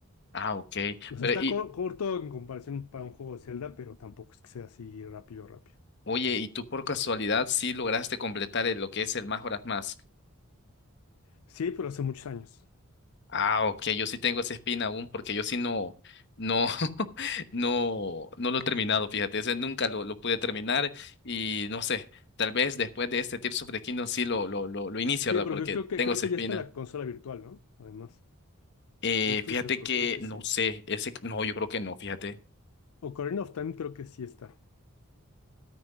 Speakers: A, on the left (about 50°); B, on the left (about 80°).
A: Ah, ok.
B: O sea,
A: Pero,
B: está
A: y,
B: cor- corto en comparación para un juego de Zelda, pero tampoco es que sea así rápido, rápido.
A: oye, ¿y tú por casualidad sí lograste completar el- lo que es el Majora's Mask?
B: Sí, pero hace muchos años.
A: Ah, ok, yo sí tengo esa espina aún porque yo sí no, no, <laughs> no, no lo he terminado, fíjate, ese nunca lo, lo pude terminar y no sé, tal vez después de este Tears of the Kingdom sí lo, lo, lo, lo inicio,
B: Sí,
A: ¿verdad?
B: porque
A: Porque
B: creo que,
A: tengo
B: creo
A: esa
B: que
A: espina.
B: ya está en la consola virtual, ¿no? Además,
A: Eh,
B: no estoy
A: fíjate
B: seguro,
A: que
B: creo que
A: no
B: sí.
A: sé, ese no, yo creo que no, fíjate.
B: Ocarina of Time creo que sí está.